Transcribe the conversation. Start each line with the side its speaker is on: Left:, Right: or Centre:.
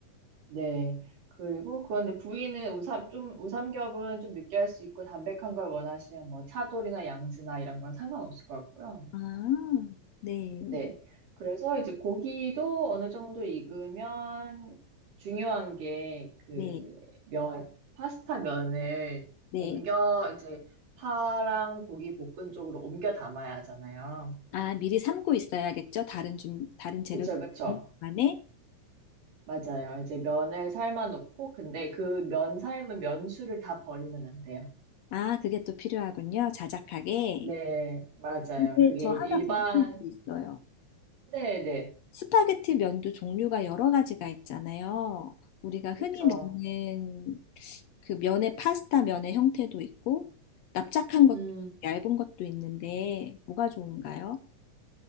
Right: 네. 그리고 그건 이제 부위는 우삼, 좀, 우삼겹은 좀 느끼할 수 있고 담백한 걸 원하시면 뭐 차돌이나 양지나 이런 건 상관없을 것 같고요.
Left: 아, 네.
Right: 네. 그래서 이제 고기도 어느 정도 익으면 중요한 게 그
Left: 네.
Right: 면, 파스타 면을
Left: 네.
Right: 옮겨 이제 파랑 고기 볶은 쪽으로 옮겨 담아야 하잖아요.
Left: 아, 미리 삶고 있어야겠죠? 다른 좀, 다른 재료
Right: 그쵸, 그쵸.
Left: 안에?
Right: 맞아요. 이제 면을 삶아 놓고 근데 그 면 삶은 면수를 다 버리면 안 돼요.
Left: 아, 그게 또 필요하군요. 자작하게.
Right: 네, 맞아요.
Left: 근데
Right: 그게
Left: 저 하나
Right: 일반,
Left: 궁금한 게 있어요.
Right: 네네.
Left: 스파게티 면도 종류가 여러 가지가 있잖아요. 우리가 흔히
Right: 그쵸.
Left: 먹는 그 면의 파스타 면의 형태도 있고 납작한 것도
Right: 음.
Left: 있고 얇은 것도 있는데 뭐가 좋은가요?